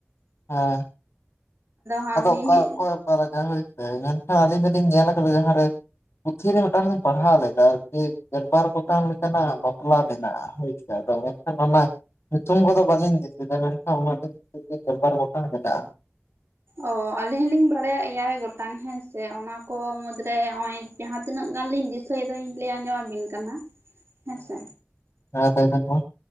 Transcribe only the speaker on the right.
ᱦᱟᱸᱜ
ᱢᱤᱼᱢᱤᱫ
ᱚ ᱟᱹᱞᱤᱧ ᱞᱤᱧ ᱵᱟᱲᱟᱭᱟ ᱮᱭᱟᱭ ᱜᱚᱴᱟᱝ ᱦᱮᱸ ᱥᱮ ᱚᱱᱟ ᱠᱚ ᱢᱩᱫᱽᱨᱮ ᱱᱚᱜ ᱚᱭᱼᱼ ᱡᱟᱦᱟᱸ ᱛᱤᱱᱟᱹᱜ ᱜᱟᱱ ᱞᱤᱧ ᱫᱤᱥᱟᱹᱭ ᱫᱟᱧ ᱞᱟᱹᱭ ᱟᱸᱡᱚᱢ ᱟᱵᱤᱱ ᱠᱟᱱᱟ᱾ ᱦᱮᱸ ᱥᱮᱼᱼ